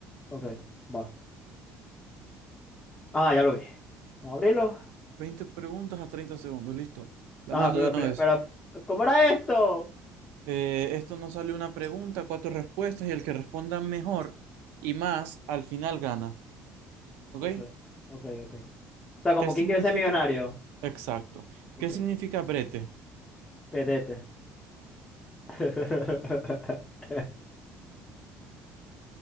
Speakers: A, on the left; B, on the right.
A: Ok, va. Ah, ya lo vi. Vamos a abrirlo.
B: 20 preguntas a 30 segundos, listo. La
A: Ajá,
B: mando
A: pero,
B: de
A: pl-
B: una vez.
A: pero, ¿cómo era esto?
B: Eh, esto nos sale una pregunta, cuatro respuestas y el que responda mejor y más al final gana. ¿Ok?
A: Ok, ok, ok. O sea, como
B: ¿Qué significa
A: quién quiere ser millonario.
B: Exacto.
A: Ok,
B: ¿Qué significa brete?
A: pedete. <laughs>